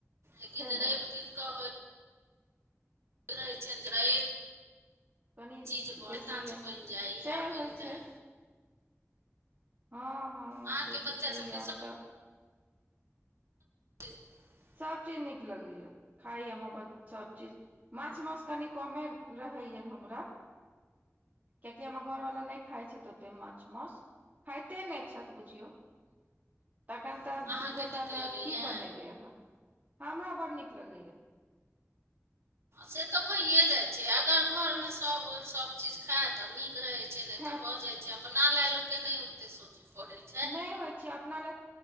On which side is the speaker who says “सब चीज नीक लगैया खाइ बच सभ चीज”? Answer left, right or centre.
Right